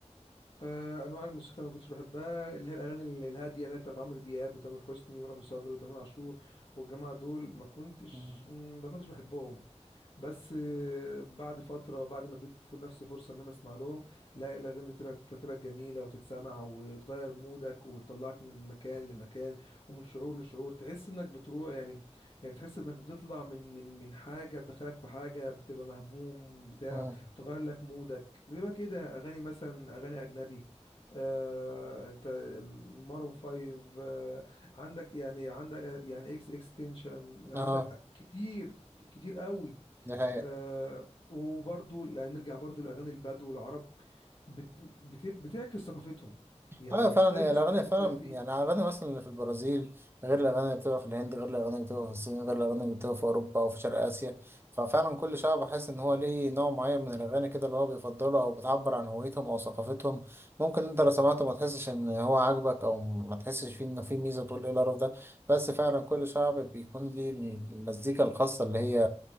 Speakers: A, on the left; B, on the right.
A: آه، انواع الموسيقى اللي ما كنتش بحبها اللي هي الاغاني ال- الهاديه اللي هي بتاعت عمرو دياب وتامر حسني ورامي صبري وتامر عاشور والجماعه دول ما كنتش
B: مم.
A: مم، ما كنتش بحبهم بس آه، بعد فترة بعد ما اديت ف- نفسي فرصة ان انا اسمع لهم لا الاغاني طلعت طلعت جميلة وتتسمع وتغير مودك وتطلعك من مكان لمكان ومن شعور لشعور تحس انك بتروح يعني يعني بتحس انك بتطلع من من من حاجة تدخلك في حاجة بتبقى مهموم بتاع
B: مم.
A: تغير لك مودك بتبقى كده اغاني مثلا اغاني اجنبي آه انت مارون فايف آه عندك يعني عندك آه، يعني اكس اكستنشن عندك
B: اه
A: كتير كتير قوي
B: ده حقيقة
A: آه وبرضو لا نرجع برضو لأغاني البدو والعرب بت بت بتعكس ثقافتهم يعني
B: اه فعلا
A: بتعكس
B: هي الاغاني
A: إنهم
B: فعلا
A: مختلفين
B: يعني الاغاني مثلا اللي في البرازيل غير الاغاني اللي بتبقى في الهند غير الاغاني اللي بتبقى في الصين غير الاغاني اللي بتبقى في اوروبا او في شرق اسيا ففعلا كل شعب بحس ان هو ليه نوع معين من الاغاني كده اللي هو بيفضله او بتعبر عن هويتهم او ثقافتهم ممكن انت لو سمعته ما تحسش ان هو عاجبك او ما تحسش فيه ان فيه ميزه تقول ايه القرف ده بس فعلا كل شعب بيكون ليه المزيكا الخاصه اللي هي